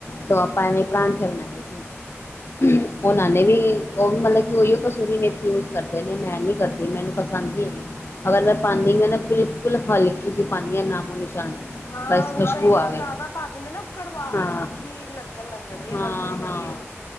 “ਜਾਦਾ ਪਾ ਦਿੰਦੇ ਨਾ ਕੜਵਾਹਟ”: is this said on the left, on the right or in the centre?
Left